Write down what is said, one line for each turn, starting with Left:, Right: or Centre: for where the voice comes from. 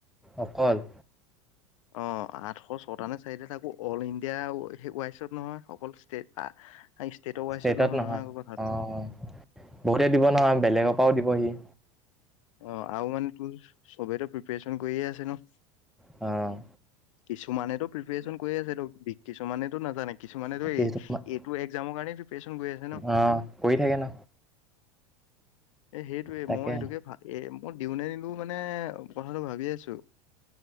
Centre: অকল?
Left: অ', আঠশ চ টা নে চাইতা তাকো অল ইণ্ডিয়া ৱাইছত নহয়, অকলো ষ্টেট আ ষ্টেটৰ ৱাইছত
Centre: ষ্টেটত
Left: নহয় নহয় আক' কথাটো।
Centre: অঁ বহুতে দিব নহয়, বেলেগৰ পৰাও দিবহি।
Left: অ', আৰু মানে তোৰ চবেইটো প্ৰিপ্ৰেচন কৰিয়ে আছে ন।
Centre: অ'।
Left: কিছুমানেটো প্ৰিপ্ৰেচন কৰি আছে, টো কিছুমানেতো নাজানে। কিছুমানেতো
Centre: কি
Left: এই-এইটো
Centre: তোমা-
Left: এক্জামৰ কাৰণে প্ৰিপ্ৰেচন কৰি আছে ন।
Centre: অঁ কৰি থাকে ন
Left: এ সেইটোৱে
Centre: তাকে
Left: মই সেইটোকে ভা এ, মই দিওঁ নে নিদো মানে কথাটো ভাবি আছোঁ‌।